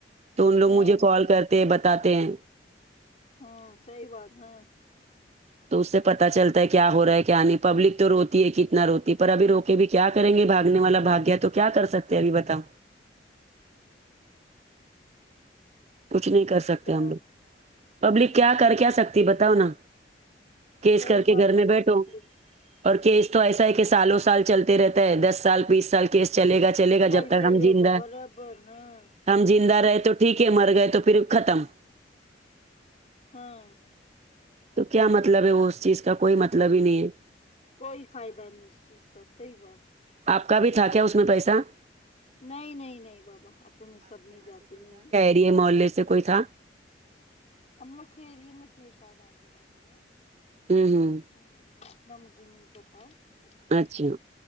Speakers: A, on the right; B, on the left.
A: تو ان لوگ
B: ہاں
A: مجھے
B: ہاں
A: کال کرتے ہیں بتاتے ہیں
B: ہوں صحیح بات ہے
A: تو اس سے پتا چلتا ہے کیا ہو رہا ہے کیا نہیں پبلک تو رو کتنا روتی پر ابھی روکے بھی کیا کریں گے بھاگنے والا بھاگ گیا تو کیا کر سکتے ہیں ابھی بتاؤ کچھ نہیں کر
B: اچھا
A: سکتے ہم لوگ پبلک کیا کر کیا سکتی بتاؤ نا کیس
B: صحیح
A: کر کے
B: بات
A: گھر
B: بابا
A: میں بیٹھو
B: پپلی
A: اور کیس تو ایسا ہے کہ سالوں سال چلتے رہتا ہے دس سال بیس سال کیس چلے گا چلے گا
B: چلتے
A: جب تک ہم
B: ہی رہتا
A: جندہ
B: برابر ہاں
A: ہم زندہ رہے تو ٹھیک ہے مر گئے تو پھر ختم
B: ہاں
A: تو کیا مطلب ہے وہ اس چیز کا کوئی مطلب ہی نہیں ہے
B: کوئی فائدہ نہیں اس چیز کا صحیح بات
A: آپ کا بھی تھا کیا اس میں پیسہ
B: نہیں نہیں نہیں بابا اپن ان سب میں جاتے نہیں
A: یہ محلے سے کوئی تھا
B: ہم لوگ کے ایریے میں تھے شاید آجو بجو میں
A: ہوں ہوں
B: ہمم اتنا مجھے نہیں پتا ہے صحیح
A: اچھا
B: شاید